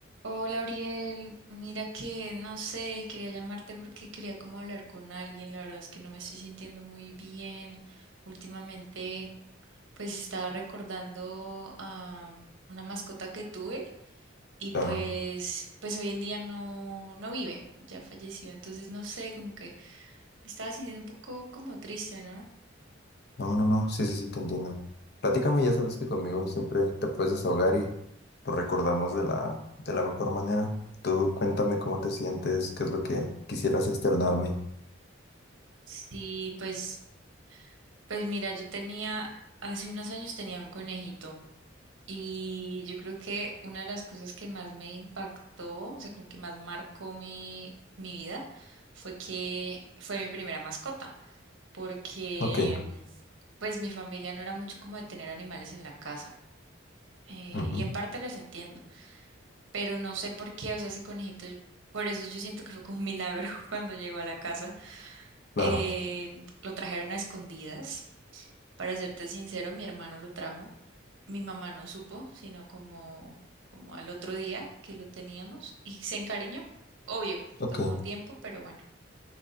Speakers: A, on the right (about 75°); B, on the left (about 55°).
A: Hola, Uriel. Mira que no sé, quería llamarte porque quería como hablar con alguien. La verdad es que no me estoy sintiendo muy bien. Últimamente, pues estaba recordando a mm, una mascota que tuve y
B: Claro,
A: pues, pues hoy en día no, no vive, ya falleció. Entonces, no sé, como que me estaba sintiendo un poco como triste, ¿no?
B: no, no, no, sí, sí, sí, te entiendo. Platícame, ya sabes que conmigo siempre te puedes desahogar y lo recordamos de la, de la mejor manera. Tú cuéntame cómo te sientes, qué es lo que quisieras externarme.
A: Sí, pues, pues mira, yo tenía, hace unos años tenía un conejito. Y yo creo que una de las cosas que más me impactó, o sea, como que más marcó mi, mi vida, fue que fue mi primera mascota, porque
B: Ok,
A: mm, pues mi familia no era mucho como de tener animales en la casa. eh,
B: ujú,
A: y en parte los entiendo, pero no sé por qué, o sea, ese conejito, por eso yo siento que fue como un milagro <laughs> cuando llegó a la casa.
B: claro,
A: eh, lo trajeron a escondidas para serte sincero, mi hermano lo trajo. Mi mamá no supo, sino como, como al otro día que lo teníamos y se encariñó. Obvio,
B: ok.
A: tomó tiempo, pero bueno.